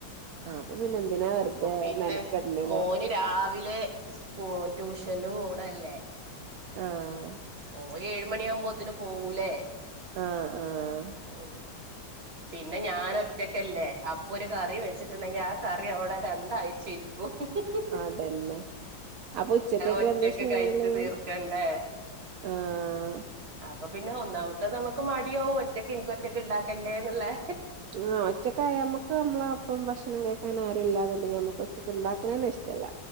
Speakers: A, on the right (about 70°); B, on the right (about 35°).
A: ആഹ് അപ്പൊ പിന്നെന്തിനാ വെറുതെ
B: പിന്നെ
A: മെനക്ക്ട്ലെ.
B: മോന് രാവിലെ സ്കൂ ട്യൂഷന് പോണല്ലേ
A: ആഹ്
B: ഓ ഓ ഏഴ് മണിആമ്പോത്തേന് പോവൂല്ലേ?
A: ആഹ് ആഹ്.
B: ഓഹ്. പിന്നെ ഞാനൊറ്റക്കല്ലേ അപ്പൊ ഒരു കറി വെച്ചിട്ടുണ്ടെങ്കി ആ കറി അവിടെ രണ്ടായ്ച്ചയി <unintelligible>
A: അതന്നെ. ആപ്പൊ ഉച്ചക്കെക്കെന്താ
B: ഒറ്റക്ക്
A: ചെയ്യല്
B: കഴിച്ചു തീർക്കണ്ടേ
A: ആഹ്.
B: അപ്പൊ പിന്നെ ഒന്നാമത്ത നമുക്ക് മടിയാവും ഒറ്റക്ക് ഇനിക്കൊറ്റക്ക് ഉണ്ടാക്കേണ്ടേന്ന്ള്ളെ.
A: ആഹ് ഒറ്റക്കായമ്മക്ക് അമ്മളെ ഒപ്പം ഭക്ഷണം കഴിക്കാൻ ആരും ഇല്ലാന്നുണ്ടെങ്കിൽ നമ്മുക്ക് ഒറ്റക്ക് ഉണ്ടാക്ക്ണന്നെഷ്ടല്ല.